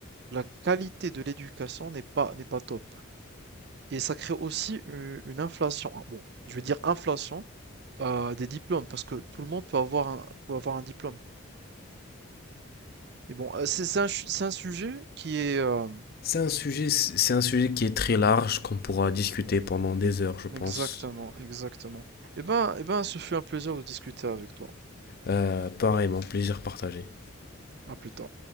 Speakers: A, on the right; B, on the left.
A: la qualité de l'éducation n'est pas, n'est pas top. Et ça crée aussi une, une inflation, ah, bon, je veux dire inflation euh, des diplômes, parce que tout le monde peut avoir un, peut avoir un diplôme. Et bon, euh, c'est c'est un, ch- c'est un sujet qui est... euh,
B: C'est un sujet, c'est un sujet qui est très large qu'on pourra discuter pendant des heures, je pense.
A: Exactement, exactement. Eh ben, eh ben, ce fut un plaisir de discuter avec toi.
B: Euh, pareillement, plaisir partagé.
A: À plus tard.